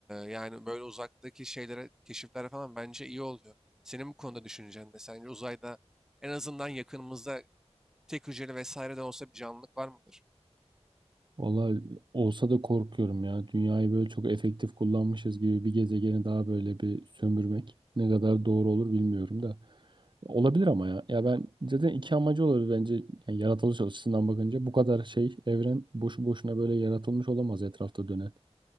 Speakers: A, in the centre; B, on the right.
A: yani böyle uzaktaki şeylere, keşiflere falan bence iyi oluyor. Senin bu konuda düşüncen de sence uzayda en azından yakınımızda tek hücreli vesaire de olsa bir canlılık var mıdır?
B: Vallahi olsa da korkuyorum ya. Dünyayı böyle çok efektif kullanmışız gibi bir gezegeni daha böyle bir sömürmek ne kadar doğru olur bilmiyorum da. Olabilir ama ya. Ya ben zaten iki amacı olabilir bence. Yani yaratılış açısından bakınca bu kadar şey evren boşu boşuna böyle yaratılmış olamaz etrafta dönen.